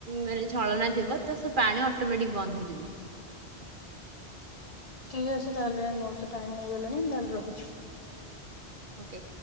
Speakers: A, on the right (about 50°); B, on the left (about 35°).
A: ମାନେ ଛଳନା ଥିବ ତ ସେ ପାଣି ଅଟୋମେଟିକ ବନ୍ଦ ହେଇଯିବ‌।
B: ଠିକ୍ ଅଛି ତାହେଲେ ମୋର ତ ଟାଇମ ହେଇଗଲାଣି ତାହେଲେ ରଖୁଛି।
A: ଓକେ